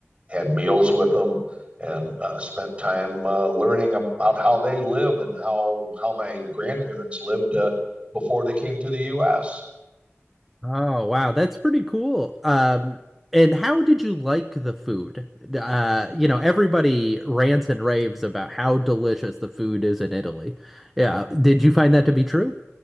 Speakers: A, on the right (about 25°); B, in the centre.
A: had meals with them, and uh, spent time uh, learning about how they live and how how my grandparents lived uh, before they came to the U.S.
B: Oh, wow, that's pretty cool. Um, and how did you like the food? Uh, you know, everybody rants and raves about how delicious the food is in Italy. Yeah, did you find that to be true?